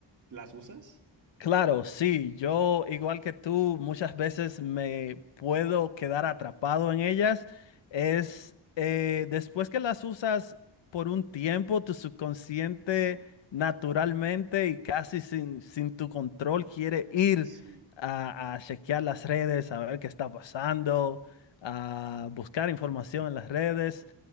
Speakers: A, on the right; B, on the left.
A: las usas?
B: Claro, sí, yo igual que tú muchas veces me puedo quedar atrapado en ellas. Es eh, después que las usas por un tiempo, tu subconsciente naturalmente y casi sin, sin tu control quiere ir
A: Sí,
B: a, a chequear las redes, a ver qué está pasando, a buscar información en las redes.